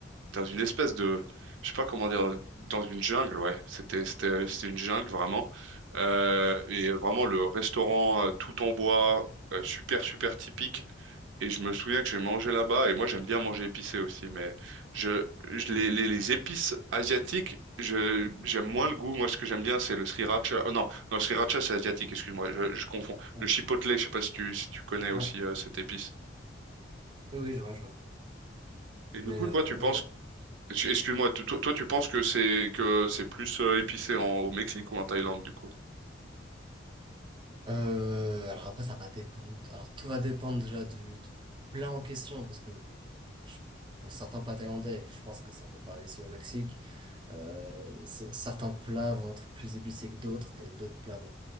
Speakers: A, on the right; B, on the right.
A: dans une espèce de, je sais pas comment dire, dans une jungle, ouais. C'était, c'était, c'était une jungle vraiment. Euh, et vraiment le restaurant euh, tout en bois, euh, super, super typique. Et je me souviens que j'ai mangé là-bas, et moi j'aime bien manger épicé aussi, mais je, je- les, les, les épices asiatiques, je, j'aime moins le goût. Moi, ce que j'aime bien, c'est le sriracha. euh, non, non, le sriracha, c'est asiatique, excuse-moi, je, je confonds.
B: Ouais.
A: Le chipotle, je sais pas si tu, si tu connais aussi
B: Ouais.
A: euh, cette épice.
B: Oui, oui, je vois, je vois.
A: Et du
B: Mais
A: coup,
B: euh,
A: toi, tu penses,
B: ok.
A: excuse-moi, to- toi, toi, tu penses que c'est que c'est plus euh, épicé en, au Mexique ou en Thaïlande, du coup?
B: Euh, alors après, ça va dépendre. Alors tout va dépendre déjà du, du plat en question, parce que je- pour certains plats thaïlandais, et puis je pense que ça peut pas aussi au Mexique, euh, c- certains plats vont être plus épicés que d'autres, et d'autres plats vont